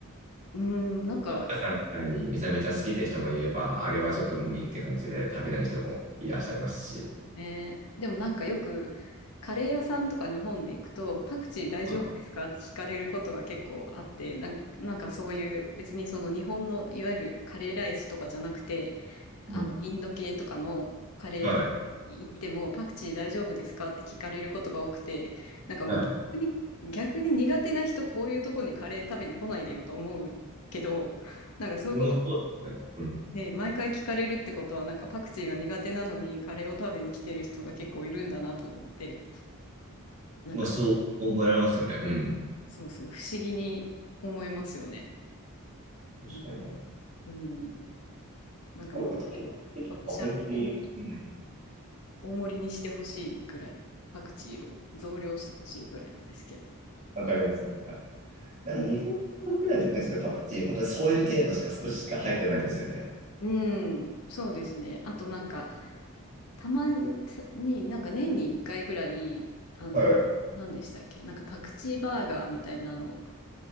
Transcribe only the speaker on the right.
岡さんみたいにめちゃめちゃ好きって人もいれば、あれはちょっと無理って感じで食べない人もいらっしゃいますし。
あ
うん、
はい。
は
い。もうそうですね。うん。
まあ、そう思えられますよね。うん。
確かにな。
なんかタイとか本当に、
うん、
分かりますよね。なんか、なんか日本国内特にそれパクチー本当に添える程度しか少ししか入ってないんですよね。
はい。